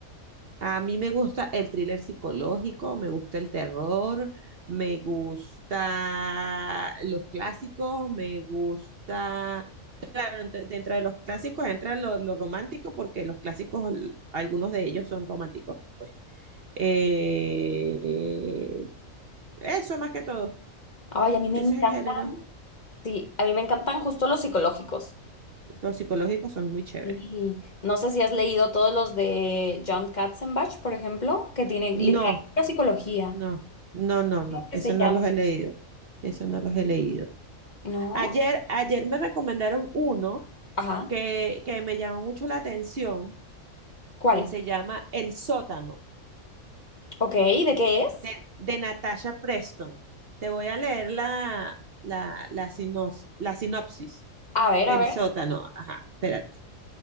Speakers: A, on the right (about 55°); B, on the left (about 35°).
A: A mí me gusta el thriller psicológico, me gusta el terror, me gusta los clásicos, me gusta... Dent- Dentro de los clásicos entra lo, lo romántico porque los clásicos, l- algunos de ellos son románticos, pues. Eh, eso más que todo.
B: Ay, a mí me
A: Ese
B: encantan,
A: es el género.
B: sí, a mí me encantan justo los psicológicos.
A: Los psicológicos son muy chéveres.
B: Sí. No sé si has leído todos los de John Katzenbach, por ejemplo, que tiene literatura
A: No,
B: psicología,
A: no, no, no, no.
B: que
A: Esos
B: se llama,
A: no los he leído. Eso no los he leído.
B: ¿no?
A: Ayer, ayer me recomendaron uno
B: Ajá.
A: que, que me llamó mucho la atención,
B: ¿Cuál?
A: que se llama El sótano
B: Ok, ¿de qué es?
A: de, de Natasha Preston. Te voy a leer la, la, la, sinops- la sinopsis.
B: A ver,
A: El
B: a ver.
A: sótano, ajá, espérate.